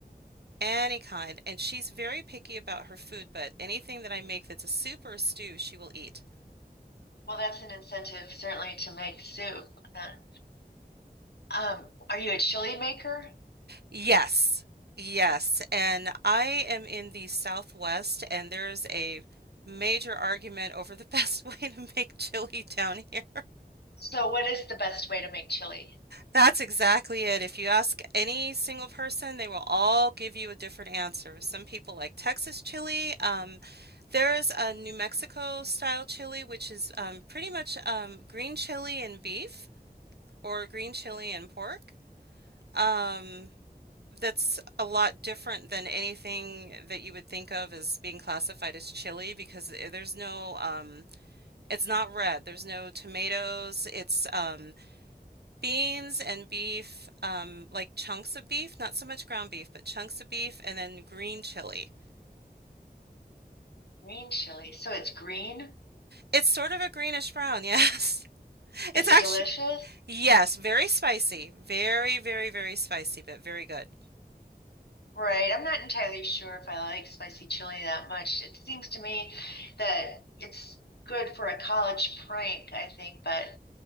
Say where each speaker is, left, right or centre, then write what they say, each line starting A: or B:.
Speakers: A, on the right (about 80°); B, on the left (about 85°).
A: any kind, and she's very picky about her food, but anything that I make that's a soup or a stew, she will eat.
B: Well, that's an incentive certainly to make soup. Uh, um, are you a chili maker?
A: Yes, yes. And I am in the Southwest, and there's a major argument over the <laughs> best way to make chili down here.
B: So what is the best way to make chili?
A: That's exactly it. If you ask any single person, they will all give you a different answer. Some people like Texas chili. Um, there's a New Mexico style chili, which is um, pretty much um, green chili and beef or green chili and pork. Um, that's a lot different than anything that you would think of as being classified as chili because i- there's no, um, it's not red. There's no tomatoes. It's um, beans and beef, um, like chunks of beef, not so much ground beef, but chunks of beef, and then green chili.
B: Green chili. So it's green?
A: It's sort of a greenish brown, <laughs> yes.
B: Is
A: It's actually,
B: it delicious?
A: yes, very spicy. Very, very, very spicy, but very good.
B: Right. I'm not entirely sure if I like spicy chili that much. It seems to me that it's good for a college prank, I think, but